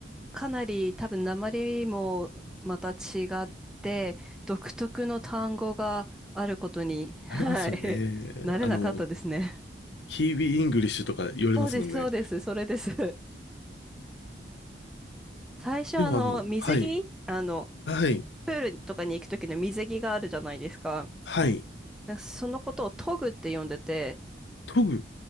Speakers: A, in the centre; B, on the left.
A: かなり多分訛りもまた違って、独特の単語があることに、はい、
B: ありますよね。
A: <laughs> 慣れなかったですね。
B: あの、キービーイングリッシュとか言われますもんね。
A: そうです、そうです、それです。最初あの、
B: でもあの、
A: 水着あの、
B: はい、はい、
A: プールとかに行く時の水着があるじゃないですか。
B: はい、
A: なんかそのことをトグって呼んでて、
B: トグ、